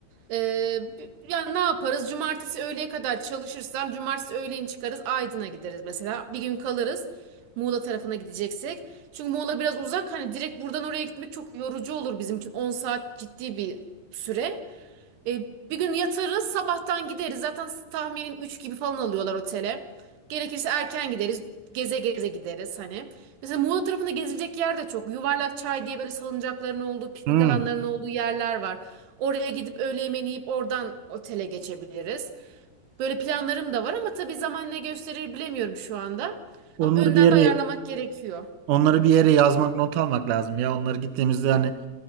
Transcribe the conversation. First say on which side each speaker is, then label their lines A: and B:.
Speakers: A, on the right; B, on the right.
A: E, yani ne yaparız? Cumartesi öğleye kadar çalışırsam cumartesi öğleyin çıkarız Aydın'a gideriz mesela. Bir gün kalırız Muğla tarafına gideceksek. Çünkü Muğla biraz uzak hani direkt buradan oraya gitmek çok yorucu olur bizim için. on saat ciddi bir süre. E, bir gün yatarız, sabahtan gideriz. Zaten tahminim 3 gibi falan alıyorlar otele. Gerekirse erken gideriz. Geze geze gideriz hani. Mesela Muğla tarafında gezilecek yer de çok. Yuvarlak Çay diye böyle salıncakların olduğu, piknik
B: Hmm.
A: alanlarının olduğu yerler var. Oraya gidip öğle yemeğini yiyip oradan otele geçebiliriz. Böyle planlarım da var ama tabii zaman ne gösterir bilemiyorum şu anda.
B: Onları
A: Ama önden
B: bir yere
A: de ayarlamak gerekiyor.
B: onları bir yere yazmak, not almak lazım ya. Onları gittiğimizde hani